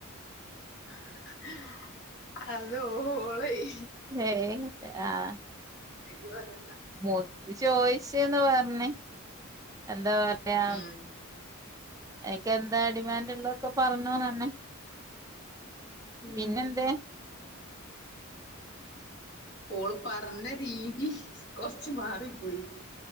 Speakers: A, on the left; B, on the right.
A: <inaudible> അതോ ഓളയ്
B: ഏയ് ആഹ്
A: യ്യ് പറഞ്ഞ
B: മുത്ത് ചോയിച്ച്ന്ന് പറഞ്ഞ് എന്താ പറയാ
A: ഉം
B: എനിക്ക് എന്താ ഡിമാൻഡ് ഉള്ളതൊക്കെ പറഞ്ഞോന്ന് പറഞ്ഞ്
A: ഉം
B: പിന്നെന്തെ
A: ഓള് പറഞ്ഞ രീതി കൊറച്ച് മാറിപ്പോയി